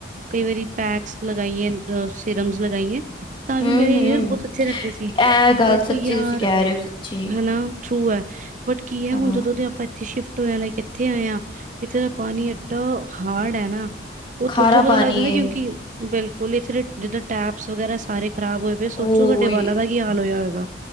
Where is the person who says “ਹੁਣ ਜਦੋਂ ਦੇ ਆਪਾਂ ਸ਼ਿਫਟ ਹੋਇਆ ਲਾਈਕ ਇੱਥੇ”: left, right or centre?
Right